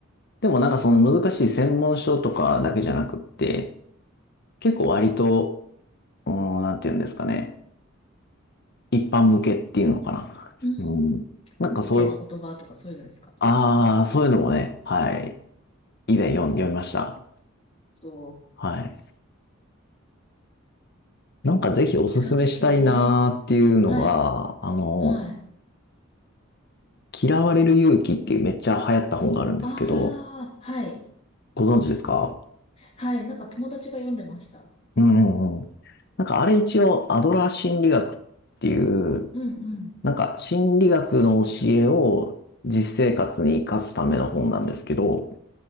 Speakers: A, on the left; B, on the left.
A: でもなんかその難しい専門書とかだけじゃなくって、結構割と、うーん、なんて言うんですかね。一般向けっていうのかな。
B: うん。
A: うん。なんかそういう、
B: ニーチェの言葉とかそういうのですか
A: ああ、そういうのもね、はい。以前読ん読みました。
B: そう。
A: はい。なんかぜひおすすめしたいなーっていうのが、
B: 哲学系ね。はい。
A: あの、
B: はい。
A: 嫌われる勇気っていうめっちゃ流行った本があるんですけど、
B: ああ、はい。
A: ご存知ですか
B: はい。なんか友達が読んでました。
A: うんうんうん。なんかあれ一応アドラー心理学っていう、
B: うんうん。
A: なんか心理学の教えを実生活に活かすための本なんですけど、